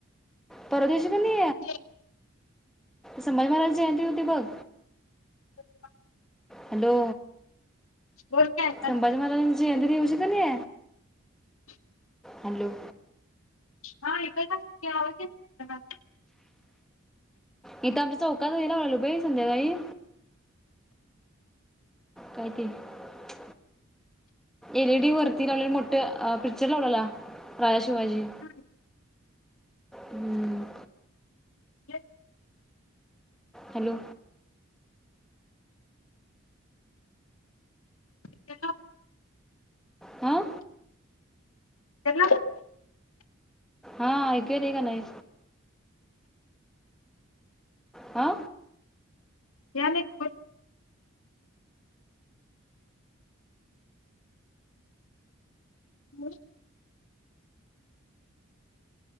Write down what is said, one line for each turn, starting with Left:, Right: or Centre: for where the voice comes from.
Centre: परवादेशी कनी
Left: <inaudible>
Centre: संभा जयंती होती बघ
Left: <unintelligible>
Centre: हॅलो
Left: बोल.. की ऐकायला
Centre: संभाजी महाराजाची जयंती दिवशी कने हॅलो
Left: हा ऐकू येतोय का? <unintelligible> आवाज येत <unintelligible>
Centre: इथं आम्ही चौ काल वेळान आलो बाई संध्याकाळी काय ते <inaudible> एल ई डी वरती लागलेली मोठ पिक्चर लावलेला राजा शिवाजी
Left: नाही.
Centre: हम्म
Left: <unintelligible>
Centre: हॅलो
Left: <unintelligible>
Centre: हां
Left: त्यांना
Centre: हा ऐकू येतंय का नाही? आ
Left: यायल कि बोल <inaudible>